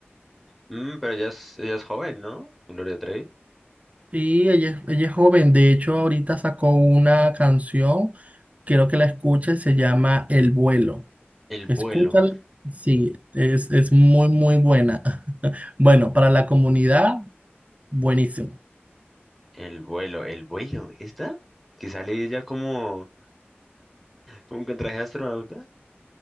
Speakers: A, in the centre; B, on the right.
A: Mm, pero ella es, ella es joven, ¿no? Gloria Trevi.
B: Sí, ella, es- ella es joven, de hecho ahorita sacó una canción, quiero que la escuches, se llama El vuelo.
A: El
B: Escúchala,
A: vuelo,
B: sí, es, es muy, muy buena. <laughs> Bueno, para la comunidad. Buenísimo.
A: el vuelo, el vuelo, ¿esta? Que sale ella como, como con traje de astronauta.